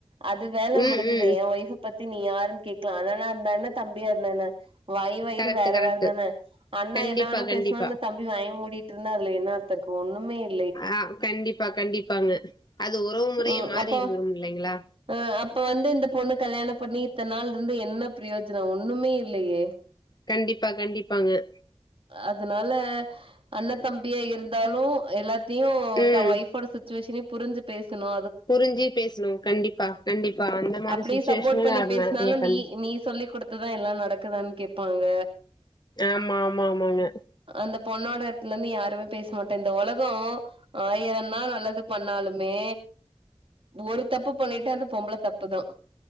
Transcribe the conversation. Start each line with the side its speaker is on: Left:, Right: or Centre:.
Right: அது வேல
Left: ம்
Right: முடிஞ்சுது
Left: ம்
Right: என் ஒய்ஃப் பத்தி நீ யாருனு கேக்கலா அண்ணனா இருந்தா என்ன தம்பியா இருந்தா என்ன வாயு வயிறு
Left: கரெக்ட்
Right: வேற
Left: கரெக்ட்
Right: வேற தான அண்ண
Left: கண்டிப்பா
Right: என்ன வேணா
Left: கண்டிப்பா
Right: பேசுனாலு தம் வாய மூடிட்டு இருந்தா அதுல என்ன அர்த்தோ இருக்கு ஒன்னுமே இ
Left: ஆ கண்டிப்பா கண்டிப்பாங்க அது உறவு முறையே
Right: ம்
Left: மாறிடுருங்
Right: அப்போ
Left: இல்லைங்களா
Right: அ அப்ப வந்து இந்தப் பொண்ணக் கல்யாணம் பண்ணி இத்தன நாள் இருந்து என்ன பிரயோஜனம் ஒன்னுமே இல்லையே
Left: கண்டிப்பா கண்டிப்பாங்க
Right: அதனால அண்ணத்தம்பியா இருந்தாலு எல்லாத் தையு
Left: ம்
Right: தன் ஒய்ஃபோட சிச்சுவேஷனையு புரிஞ்சு பேசணு
Left: புரிஞ்சு பேசணு கண்டிப்பா கண்டிப்பா அந்த மாரி
Right: அப்டியே
Left: சுச்சுவேஷனே
Right: சப்போர்ட் பண்ணி
Left: நா
Right: பேசுனாலு
Left: நெறைய கண்
Right: நீ நீ சொல்லிக் குடுத் துதா எல்லா நடக்குதா கேப்பாங்க
Left: ஆம்மா ஆமா ஆமாங்க
Right: அந்த பொண்ணோட எடத்துல இருந்து யாருமே பேச மாட்டாங் இந்த ஒலகம் ஆயிரந்தா நல்லது பண்ணாலுமே ஒரு தப்பு பண்ணிட்டா அந்த பொம்பள தப்புதா